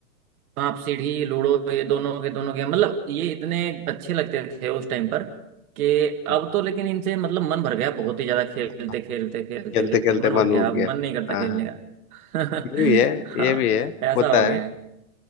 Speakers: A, on the right; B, on the left.
A: सांप सीढ़ी लूडो ये दोनों के दोनों गेम मतलब ये इतने अच्छे लगते थे उस टाइम पर कि
B: हम्म,
A: अब तो लेकिन इनसे मतलब मन भर गया बहुत ही ज्यादा खेलते
B: हाँ,
A: खेलते खेलते
B: खेलते
A: खेलते
B: खेलते
A: मन भर
B: मन
A: गया
B: उब
A: अब
B: गया
A: मन नहीं करता
B: हाँ
A: खेलने
B: हाँ
A: का
B: ये भी है
A: <laughs> हाँ
B: ये भी है
A: ऐसा
B: होता
A: हो गया
B: है
A: है